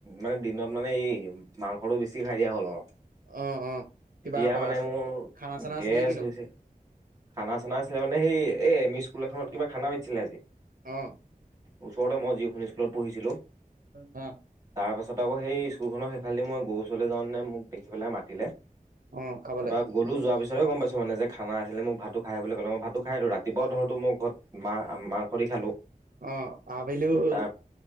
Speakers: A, on the right; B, on the right.
A: মানে দিনত মানে এই মাংসটো বেছি খাই দিয়া হ'ল অলপ।
B: অ অ কিবা
A: এতিয়া
B: পা
A: মানে মোৰ
B: খানা চানা আছিল
A: গেছ
B: নে কিনো
A: হৈছে। খানা-চানা আছিলে মানে, সেই এই এম ই স্কুল এখনত কিবা খানা মাতিছিলে আজি।
B: অ'।
A: ওচৰতে মই যিখন ইস্কুলত পঢ়িছিলোঁ।
B: অ
A: তাৰ পাছত আকৌ সেই স্কুলখনৰ সেইফালেদি মই গৰু ওচৰলৈ যাওঁ নে মোক দেখি পেলাই মাতিলে।
B: অ খাবলে
A: তাৰপৰা গ'লো। যোৱা পিছ তে গম পাইছোঁ মানে খানা আছিলে। মোক ভাতটো খায় বুলি ক'লে। মোক ভাতটো খাই আহিলোঁ। ৰাতিপুৱা ধৰো তো মোৰ ঘৰত মা - মাংস দি খালোঁ।
B: অ আবেলিও হ'ল
A: তাৰ